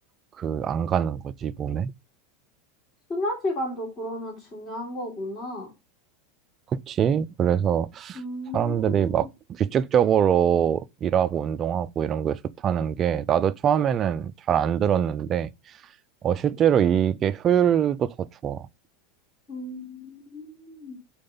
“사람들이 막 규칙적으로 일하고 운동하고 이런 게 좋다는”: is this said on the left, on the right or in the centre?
Right